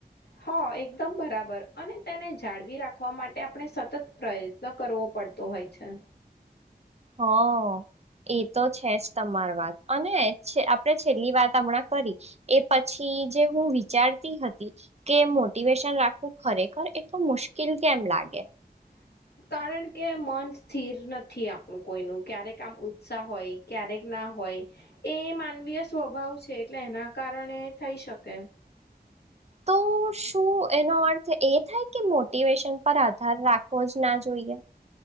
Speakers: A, on the left; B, on the right.
A: હ એકદમ બરાબર અને તેને જાળવી રાખવા માટે આપણે સતત પ્રયત્ન કરવો પડતો હોય છે.
B: હા એ તો છે જ તમારી વાત અને આપણે છેલ્લી વાત હમણાં કરી એ પછી જે હું વિચારતી હતી કે મોટિવેશન રાખવું ખરેખર એટલ મુશ્કેલ કેમ લાગે
A: હમ <unintelligible> કારણ કે મન સ્થિર નથી આપણું કોઈનું ક્યારેક આમ ઉત્સાહ હોય ક્યારેક ના હોય એ માનવીય સ્વભાવ છે એટલે એના કારણે થઈ શકે હ <inaudible>
B: તો શું એનો અર્થ એ થાય કે મોટિવેશન પર આધાર રાખવો જ ના જોઈએ